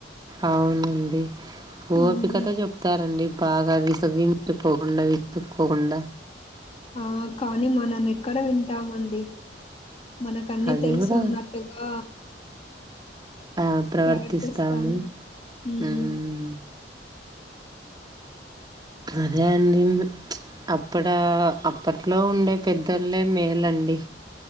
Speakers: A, on the right; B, on the left.
A: అవునండి ఓపికతో
B: ఉమ్
A: చెప్తారండి బాగా విసగించుకోకుండా విసుకోకుండా
B: ఆ కానీ మనం ఎక్కడ వింటామండి మనకన్నీ
A: అది
B: తెలుసు
A: కూడా
B: ఉన్నట్టుగా
A: ఆ ప్రవర్తిస్తాము
B: ప్రవర్తిస్తాం ఉమ్మ్
A: హ్మ్ అదే అండి అప్పుడా అప్ అప్పట్లో ఉండే పెద్దొలే మేలండి